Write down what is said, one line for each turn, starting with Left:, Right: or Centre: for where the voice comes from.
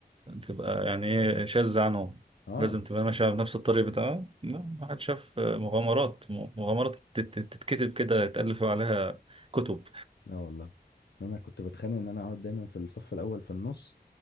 Right: تبقى يعني ايه شاذة عنهم
Left: اه
Right: لازم تبقى ماشية بنفس الطريق بتاعها لا ما حد شاف مغامرات مغامرات تت- تتكتب كده يتألف عليها كتب
Left: لا والله انا كنت بتخانق ان انا اقعد دايما في الصف الاول في النص